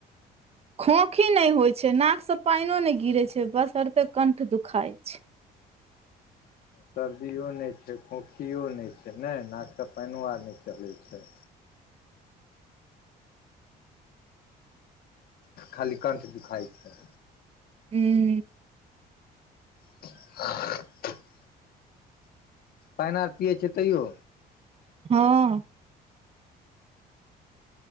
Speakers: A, on the right; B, on the left.
A: खोखी नइ होइ छै नाक सँ पाइनो नइ गिरै छै बसरते कण्ठ दुखाय छै
B: सर्दियो नइ छै खोखियो नइ छै नय नाक सँ पाइनो आर नइ चलै छै खाली कण्ठ दुखाइ छै
A: हु
B: <unintelligible> पाइन आर पियै छियै तैयो
A: हँ